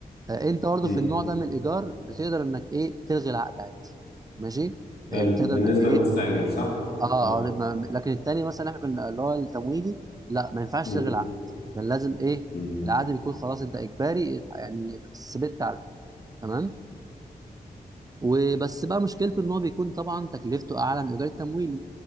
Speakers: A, on the right (about 25°); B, on the left (about 80°).
A: آه، انت برضه
B: مم.
A: في النوع ده من الايجار بتقدر انك ايه تلغي العقد عادي ماشي
B: ده
A: يعني
B: ال-
A: تقدر
B: بالنسبه
A: انك ايه
B: للمستاجر صح
A: اه
B: اه
A: اه دي- ما- لكن التاني مثلا احنا كنا اللي هو التمويلي لا ما ينفعش
B: مم.
A: تلغي العقد كان لازم ايه
B: مم.
A: العقد بيكون خلاص انت اجباري يعني ثبت عليه تمام وبس بقى مشكلته ان هو بيكون طبعا تكلفته اعلى من الايجار التمويلي